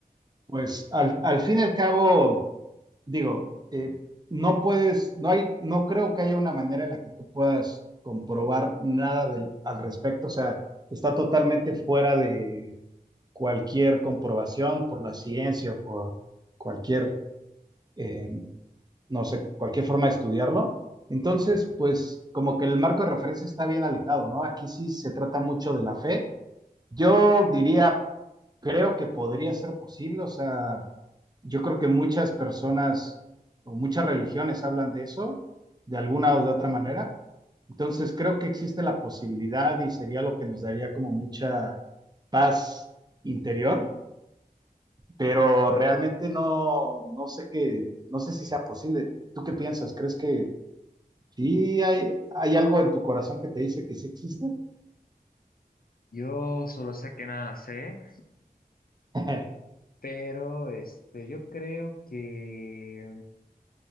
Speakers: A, on the right; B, on the left.
A: pues, al, al fin y al cabo, digo, eh, no puedes, no hay, no creo que haya una manera en la que tú puedas comprobar nada del, al respecto. O sea, está totalmente fuera de cualquier comprobación por la ciencia, por cualquier eh, no sé, cualquier forma de estudiarlo. Entonces, pues como que el marco de referencia está bien alejado, ¿no? Aquí sí se trata mucho de la fe. Yo diría, creo que podría ser posible, o sea, yo creo que muchas personas o muchas religiones hablan de eso, de alguna o de otra manera. Entonces, creo que existe la posibilidad y sería lo que nos daría como mucha paz interior, pero realmente no, no sé qué, no sé si sea posible. ¿Tú qué piensas? ¿Crees que Sí, hay, hay algo en tu corazón que te dice que sí existe.
B: Yo solo sé que nada sé,
A: <laughs>
B: pero este, yo creo que